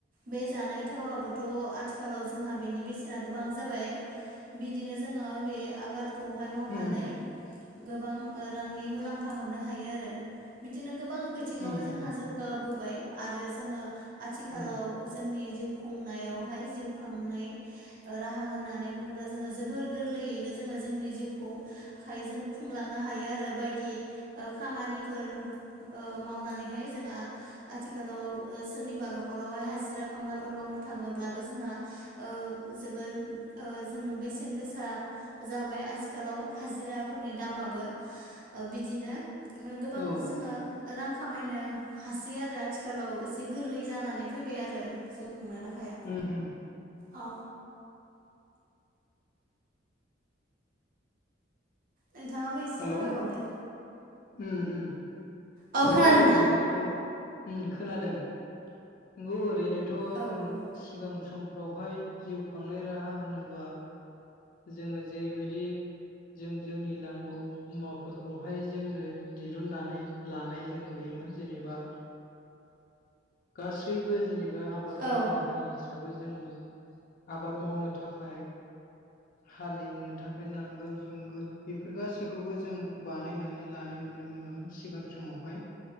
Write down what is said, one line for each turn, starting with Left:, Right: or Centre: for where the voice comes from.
Right: बे जानाय थावाबोथ' आथि आथिखालाव जोंहा बेनि बेसेना गोबां जाबाय बिदिनो जोङो बे आबाद खौहाय मावनानै
Left: उम
Right: गोबां रांनि मुलाम्फा मोननो हायो आरो बिदिनो गोबां बिथिङावनो
Left: उम उम
Right: जोंहा जौ गाबोबाय आरो जोङो आथिखालाव
Left: उम
Right: जोंनि जिउ खुं नायावहाय जिउ खांनाय ओ राहा होननानै बुङोब्ला जोङो जोबोर गोरलैयैनो जोङो जोंनि जिउखौ खाय जों खुंलांनो हायो आरो बायदि ओ खामानिफोर ओ मावनानैहाय जोंहा आथिखालाव ओ सोरनिबा न'खरावहाय हाजिरा खामलाफोर मावो थाङोब्लाबो जोंहा ओ जोबोर ओ जोङो बेसे बेसेन गोसा जाबाय आजिखालाव हाजिराफोरनि दामाबो ओ बिदिनो गोबां
Left: औ
Right: जोङो रां खामायनो हासै आरो आथिखालाव एसे गोरलै जानानै फैबाय आरो खुंनाय राहाया
Left: उम उम।
Right: औ। नोंथाङाबो एसे
Left: हेलौ
Right: फोरमायबावदो।
Left: उम उम
Right: औ
Left: नोंगौ
Right: खोनादोंना?
Left: ओरैनोथ' उम खोनादों। नंगौ ओरैनोथ'
Right: औ
Left: जों
Right: औ
Left: सिगां समफ्रावहाय जिउ खांनाय राहा होनोब्ला जोङो जेरैबायदि जों जोंनि नांगौ मुवाफोरखौहाय जोंनो दिरुननानै लानाय जों नुयोमोन जेनेबा गासैबो जेनेबा आबाद गाहाय
Right: औ
Left: हारि हिसाबै हिसाबै जोङो आबाद मावनो थाखाय हालेवनो थाखाय नांगोल जुंगोल बेफोर गासैखौबो जों बानायनानै लानाय नुनो मोनोमोन। सिगां समावहाय